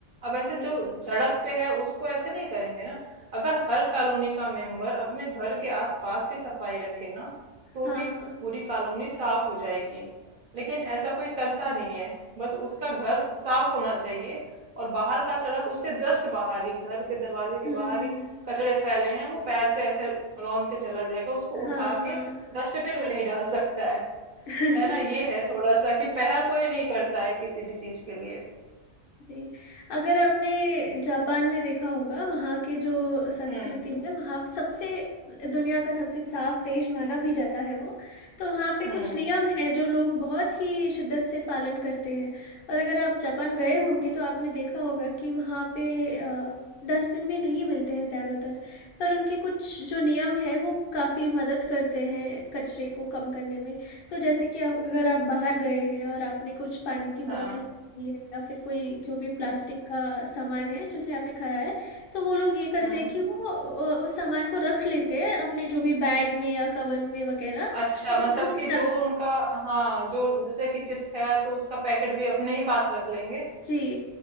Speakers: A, on the right (about 55°); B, on the left (about 60°).
A: अब ऐसे
B: जी,
A: जो सड़क पे है उसको ऐसे नहीं करेंगे ना अगर हर कॉलोनी का मेंबर अपने घर के आसपास भी सफाई रखे ना तो
B: हाँ।
A: भी पूरी कॉलोनी साफ हो जाएगी लेकिन ऐसा कोई करता नहीं है बस उसका घर साफ होना चाहिए और बाहर का सड़क उसके जस्ट बाहर ही घर के दरवाजे के
B: हुँ,
A: बाहर
B: हुँ।
A: ही कचड़े फैले हैं वो पैर से ऐसे रौंद के चला जाएगा उसको
B: हाँ,
A: उठा
B: हाँ।
A: के डस्टबिन में नहीं डाल सकता है
B: <laughs>
A: है ना ये है थोड़ा सा
B: जी।
A: कि पहल कोई नहीं करता है किसी भी चीज के लिए
B: जी, अगर आपने जापान में देखा होगा, वहाँ के जो संस्कृति
A: हम्म
B: है, वहाँ सबसे दुनिया का सबसे साफ़ देश माना भी जाता है वो। तो वहाँ पे
A: हम्म
B: कुछ नियम हैं जो लोग बहुत ही शिद्दत से पालन करते हैं और अगर आप जापान गए होंगे तो आपने देखा होगा कि वहाँ पे अ, डस्टबिन भी नहीं मिलते हैं ज़्यादातर, पर उनके कुछ जो नियम हैं वो काफ़ी मदद करते हैं कचरे को कम करने में। तो जैसे कि अब अगर आप बाहर गए हैं और आपने कुछ पानी की
A: हाँ
B: बॉटल ये है या फिर कोई जो भी प्लास्टिक
A: हम्म
B: का सामान है जैसे आपने खाया है, तो वो लोग ये करते
A: हम्म
B: हैं कि वो अ, उस सामान को रख लेते हैं अपने जो भी बैग में या कवर में वगैरह और
A: अच्छा मतलब
B: वो घर
A: कि
B: जाके
A: जो उनका हाँ जो जैसे कि चिप्स खाया तो उसका पैकेट भी अपने ही पास रख लेंगे
B: जी।